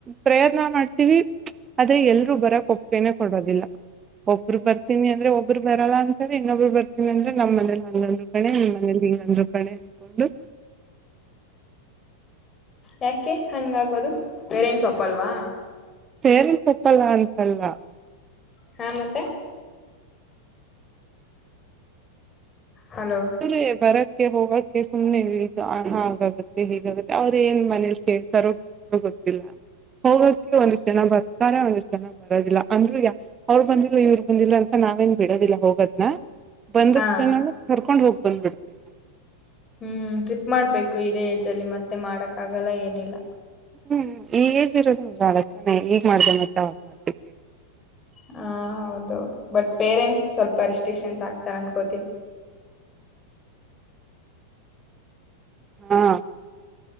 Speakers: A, on the right; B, on the left.
A: ಪ್ರಯತ್ನ ಮಾಡ್ತೀವಿ ಆದ್ರೆ ಎಲ್ರು ಬರಕ್ ಒಪ್ಗೆೇನೆೇ ಕೊಡೋದಿಲ್ಲ ಒಬ್ರು ಬರ್ತೀನಿ ಅಂದ್ರೆ ಒಬ್ಬರು ಬರಲ್ಲ ಅಂತ್ರ ಇನ್ನೊಬ್ರು ಬರ್ತೀನಿ ಅಂದ್ರೆ ನಮ್ಮನೆಲ್ ಹಂಗ್ಅಂದ್ರು ಕಣೆ ಇಂಗ್ ಅಂದ್ರು ಕಣೆ ಅಂದ್ಕೊಂಡು.
B: ಯಾಕೆ ಹಂಗಾಗೋದು ಪೇರೆಂಟ್ಸ್ ಒಪ್ಪಲ್ವಾ.
A: ಪೇರೆಂಟ್ಸ್ ಒಪ್ಪಲ್ಲ ಅಂತಲ್ಲ.
B: ಹಾ ಮತ್ತೆ. ಹಲೋ
A: ಇವ್ರೆ ಬರಕ್ ಕ್ಕೆ ಹೋಗಕ್ಕೆ ಸುಮ್ನೆ ಇ ಹಾಗಾಗತ್ತೆ ಹಿಗಾಗತ್ತೆ ಅವ್ರ ಏನ್ ಮನೇಲಿ ಕೇಳ್ತಾರೋ ಗೊತ್ತಿಲ್ಲ ಹೋಗಕ್ಕೆ ಒಂದಷ್ಟ್ ಜನ ಬರ್ತಾರೆ ಒಂದಷ್ಟ್ ಜನ ಬರೋದಿಲ್ಲ ಅಂದ್ರು ಅವರ್ ಬಂದಿಲ್ಲ ಇವ್ರ ಬಂದಿಲ್ಲ ಅಂತ ನಾವೇನ್ ಬಿಡೋದಿಲ್ಲ ಹೋಗೋದನ. ಬಂದಷ್ಟು
B: ಹಾ
A: ಜನನು ಕರ್ ಹೋಗ್ ಬಂದ್ಬಿಡ್ತಿವಿ.
B: ಹ್ಮ್ ಟ್ರಿಪ್ ಮಾಡ್ಬೇಕು ಇದೇ ಏಜ್ ಅಲ್ಲಿ ಮತ್ತೆ ಮಾಡಕ್ ಆಗಲ್ಲ ಏನಿಲ್ಲ.
A: ಹ್ಮ್ ಈ ಏಜ್ ಇರೋದೇ ಮಜಾ ಮಾಡೋಕೆ ತಾನೆ ಈಗ್ ಮಾಡ್ದ ಮತ್ತ ಅವಾಗ ಮಾ
B: ಹ ಹೌದೌದು ಬಟ್ ಪೇರೆಂಟ್ಸ್. ಸ್ವಲ್ಪ ರೆಸ್ಟ್ರಿಕ್ಷನ್ ಹಾಕ್ತಾರೆ ಅನ್ಕೋತಿನಿ.
A: ಹಾ